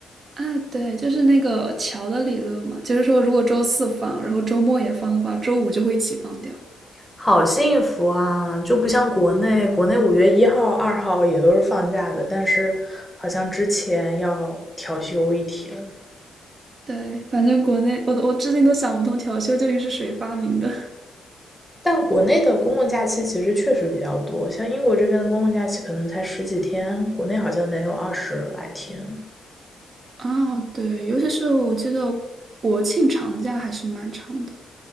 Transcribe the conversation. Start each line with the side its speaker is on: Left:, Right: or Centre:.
Right: 啊，对，就是那个桥的理论嘛，就是说如果周四放，然后周末也放的话，周五就会一起放掉。
Centre: 好幸福啊！就不像国内，国内五月一号、二号也都是放假的，但是好像之前要调休一天。
Right: 对，反正国内我都我至今都想不通调休究竟是谁发明的。<laughs>
Centre: 但国内的公共假期其实确实比较多，像英国这边的公共假期可能才十几天，国内好像能有二十来天。
Right: 哦，对，尤其是我记得国庆长假还是蛮长的，